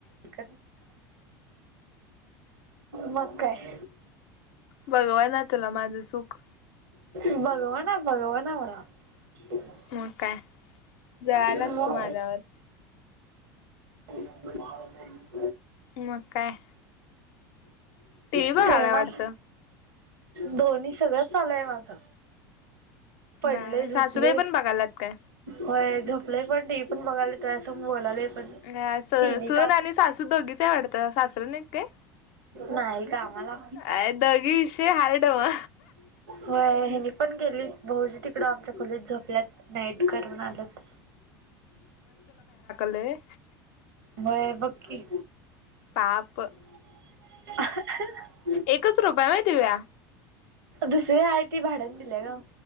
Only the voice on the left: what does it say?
बघवा ना तुला माझं सुख
मग काय जळालास
तू माझ्यावर
मग काय? टी व्ही
बघायला वाटतं
बरं
सासूबाई पण बघायलात काय?
अ स
सून
आणि सासू दोघीच आहे वाटतं सासरं नाही काय?
अ दोघी विषय हार्ड म
लय
पाप
एकच रूमअय व्हय दिव्या?